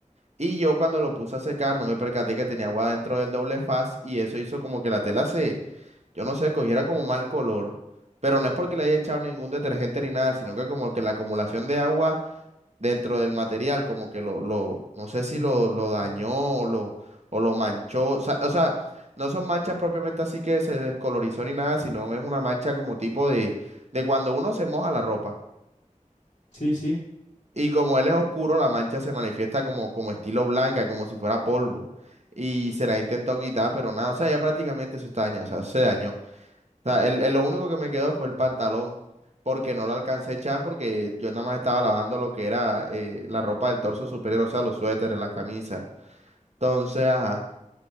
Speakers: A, on the right; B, on the left.
A: Y yo cuando lo puse a secar, no me percaté que tenía agua dentro del doble faz y eso hizo como que la tela se, yo no sé, cogiera como mal color. Pero no es porque le haya echado ningún detergente ni nada, sino que como que la acumulación de agua dentro del material, como que lo, lo no sé si
B: mm,
A: lo, lo dañó o lo, o lo manchó. O sea, o sea, no son manchas propiamente así que se descolorizó ni nada, sino es una mancha como tipo de, de cuando uno se moja la ropa.
B: sí, sí.
A: Y como él es oscuro, la mancha se manifiesta como, como estilo blanca, como si fuera polvo. Y se la intentó quitar, pero nada, o sea, ya prácticamente eso está dañado, o sea, se dañó. O sea, el, el- lo único que me quedó fue el pantalón, porque no lo alcancé a echar porque yo nada más estaba lavando lo que era eh, la ropa del torso superior, o sea, los suéteres, las camisas. Entonces, ajá,